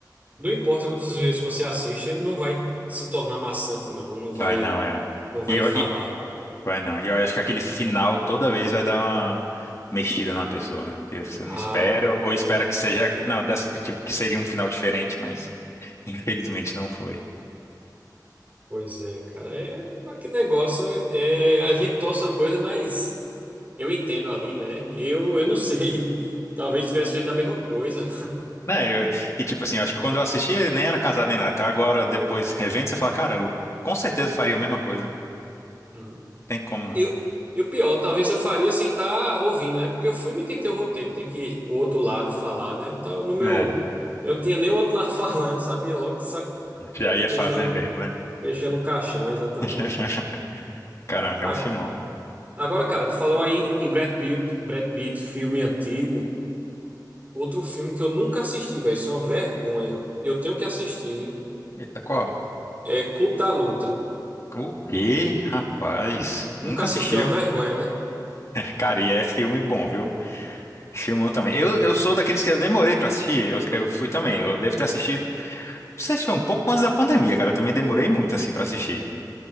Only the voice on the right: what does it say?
não importa quantas vezes você assiste, ele não vai se tornar maçante, não, não vai,
não vai
enfadar.
Ah,
pois é, cara, é mas que negócio é a gente torce uma coisa, mas eu entendo ali, né? Eu, eu não sei, <laughs> talvez tivesse feito a mesma coisa.
Uhum.
Eu, e o pior, talvez eu faria sem estar ouvindo, né? Porque o filme tem que ter o roteiro, tem que o outro lado falar, né? Então, no meu,
eu não tinha nem o outro lado <laughs> falando, sabia? Logo,
Fechando,
fechando o caixão, exatamente.
Ago-
Agora, cara, tu falou aí em, em Brad Pitt, Brad Pitt, filme antigo. Outro filme que eu nunca assisti, velho, isso é uma vergonha. Eu tenho que assistir.
É Clube da Luta.
Nunca
assisti,
é uma vergonha, né?